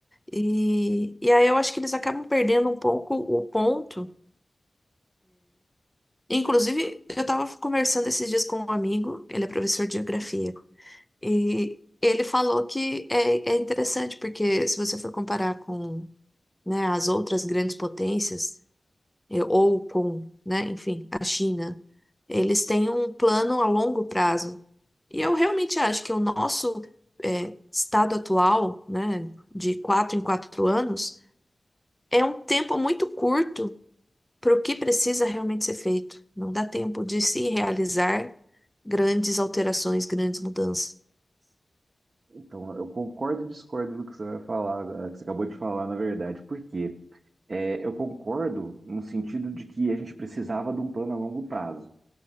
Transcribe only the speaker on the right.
Então, eu concordo e discordo do que você vai falar, eh, que você acabou de falar, na verdade, porque eu concordo no sentido de que a gente precisava de um plano a longo prazo.